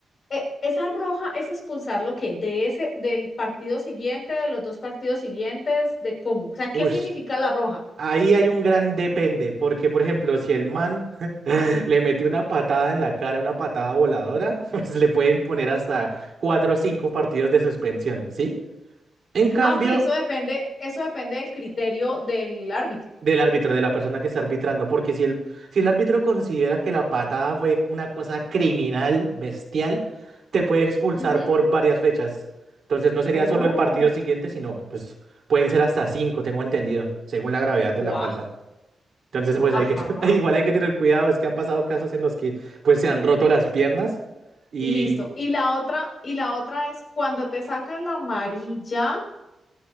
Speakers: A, on the left (about 50°); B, on the right (about 60°).
A: eh, esa roja es expulsar lo que de ese, del partido siguiente, de los dos partidos siguientes, de cómo. O sea,
B: ush.
A: ¿qué significa la roja?
B: Ahí hay un gran depende, porque por ejemplo, si el man <laughs> le metió una patada en la cara, una patada voladora, <laughs> pues le pueden poner hasta cuatro o cinco partidos de suspensión, ¿sí? En cambio,
A: Ah, ok, eso depende, eso depende del criterio del árbitro.
B: Del árbitro, de la persona que está arbitrando, porque si el, si el árbitro considera que la patada fue una cosa criminal, bestial, te puede expulsar
A: Ujú.
B: por varias fechas. Entonces no sería
A: Oh,
B: solo el partido siguiente, sino pues pueden ser hasta cinco, tengo entendido, según la gravedad
A: guau,
B: de la falta. Entonces pues
A: ajá.
B: hay que, <laughs> igual hay que tener cuidado, es que han pasado casos en los que pues se han roto las piernas y
A: Listo. Y la otra, y la otra es cuando te sacan la amarilla.